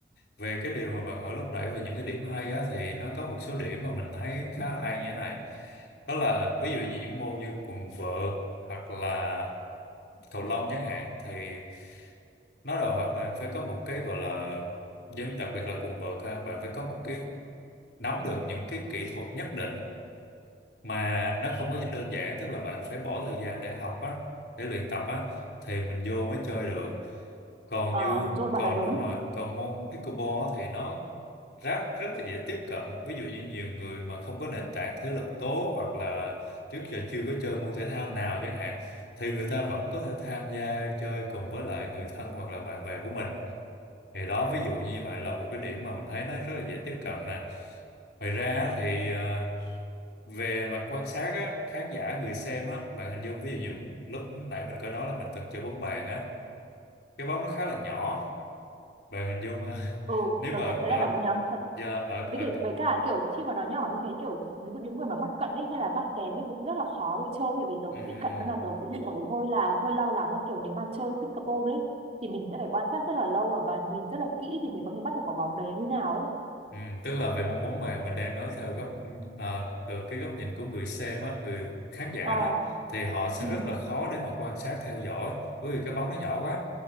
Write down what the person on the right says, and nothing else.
À
đúng rồi, bạn
nói đúng.
Ừ,
tớ
có thấy
là đọc có nhỏ thật.
Với
cả, với cả kiểu khi mà nó nhỏ như thế kiểu ví dụ những người mà mắt cận ấy hay là mắt kém ấy cũng rất là khó để chơi tại vì tớ
cũng bị cận nên là tớ cũng kiểu hơi là hơi lo lắng là kiểu nếu mà chơi pickleball ấy thì mình sẽ phải quan sát rất là lâu và, và nhìn rất là kỹ thì mình có thể bắt được quả bóng đấy như nào ấy.
Ờ,
ừ.